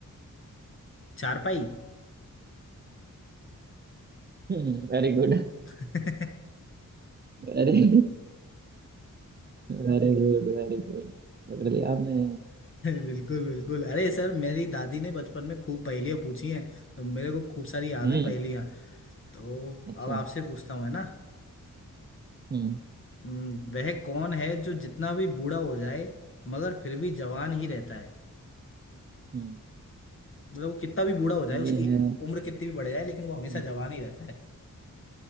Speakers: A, on the left (about 40°); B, on the right (about 30°).
A: चारपाई
B: हम्म very good
A: <laughs>
B: Very very good very good पकड़ लिया आपने
A: बिल्कुल बिल्कुल अरे सर मेरी दादी ने बचपन में खूब पहेलियां पूछी हैं तो मेरे को खूब सारी याद
B: हम्म
A: है पहेलियां तो
B: अच्छा
A: अब आपसे पूछता हूँ है ना
B: हम्म
A: हम्म, वह कौन है जो जितना भी बूढ़ा हो जाए मगर फिर भी जवान ही रहता है
B: हम्म
A: मतलब वो कितना भी बूढ़ा हो जाए उसकी
B: ये है
A: उम्र कितनी भी बढ़ जाए लेकिन वो हमेशा
B: हम्म,
A: जवान ही रहता है